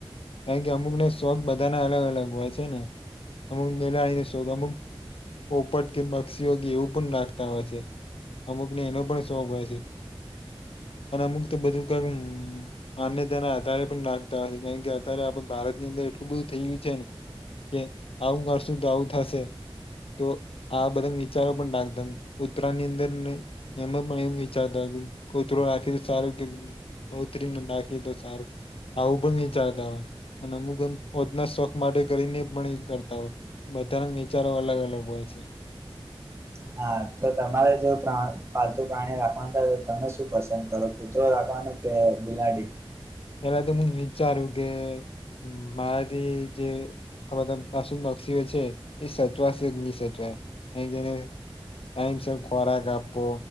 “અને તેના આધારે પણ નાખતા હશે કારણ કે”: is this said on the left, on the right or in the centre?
Left